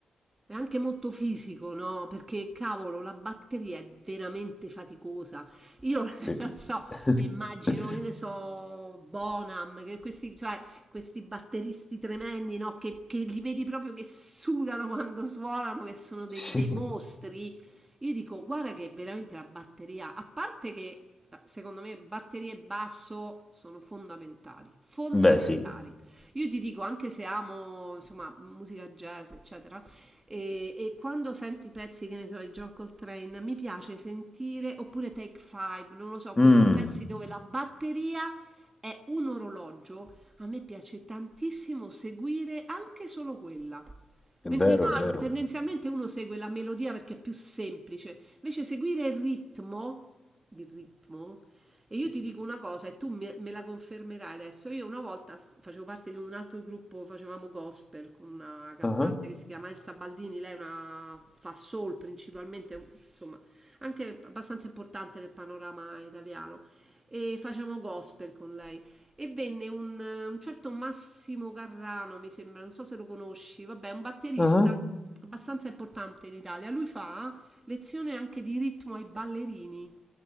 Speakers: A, on the right; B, on the left.
A: È anche molto fisico, no? Perché cavolo, la batteria è veramente faticosa. Io <laughs>
B: Sì.
A: so,
B: <laughs>
A: mi immagino, che ne so, Bonham, che questi, cioè, questi batteristi tremendi, no? Che, che li vedi proprio che sudano quando suonano, che sono dei,
B: Sì.
A: dei mostri. Io dico, guarda che veramente la batteria, a parte che secondo me batterie e basso sono fondamentali, fondamentali.
B: Beh, sì.
A: Io ti dico, anche se amo, insomma, musica jazz, eccetera, e, e quando sento i pezzi, che ne so, di John Coltrane, mi piace sentire, oppure Take Five, non lo so,
B: Mm.
A: questi pezzi dove la batteria è un orologio, a me piace tantissimo seguire anche solo quella.
B: È
A: Mentre
B: vero,
A: no,
B: è vero.
A: tendenzialmente uno segue la melodia perché è più semplice, invece seguire il ritmo, il ritmo e io ti dico una cosa e tu me, me la confermerai adesso. Io una volta st- facevo parte di un altro gruppo, facevamo gospel con una cantante
B: Ah, ah,
A: che si chiama Elsa Baldini, lei è una, fa soul principalmente, insomma, anche abbastanza importante nel panorama italiano. E facevamo gospel con lei. E venne un, un certo Massimo Carrano, mi sembra, non so se lo conosci, vabbè, un batterista
B: ah.
A: abbastanza importante in Italia. Lui fa lezione anche di ritmo ai ballerini.